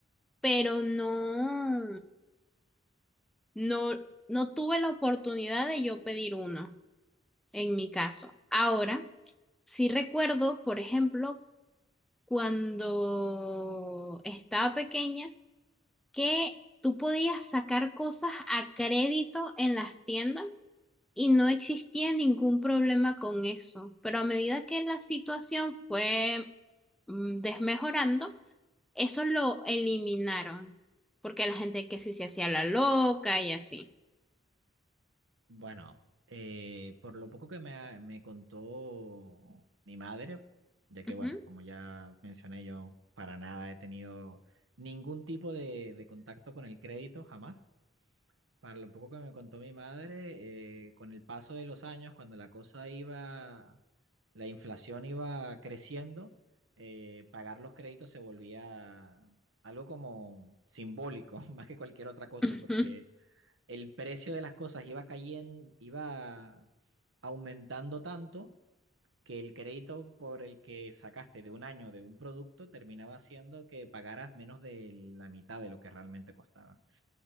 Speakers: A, in the centre; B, on the right.
A: pero no, no, no tuve la oportunidad de yo pedir uno en mi caso. Ahora, sí recuerdo, por ejemplo, cuando estaba pequeña que tú podías sacar cosas a crédito en las tiendas y no existía ningún problema con eso. Pero a medida que la situación fue mm, desmejorando, eso lo eliminaron, porque la gente que sí se hacía la loca y así.
B: Bueno, eh, por lo poco que me, ha- me contó mi madre, ya que,
A: Ujú.
B: bueno, como ya mencioné, yo para nada he tenido ningún tipo de, de contacto con el crédito, jamás. Para lo poco que me contó mi madre, eh, con el paso de los años, cuando la cosa iba la inflación iba creciendo, eh, pagar los créditos se volvía algo como simbólico, <laughs> más que cualquier otra cosa,
A: <laughs>
B: porque el precio de las cosas iba cayendo, iba aumentando tanto que el crédito por el que sacaste de un año de un producto terminaba haciendo que pagaras menos de la mitad de lo que realmente costaba.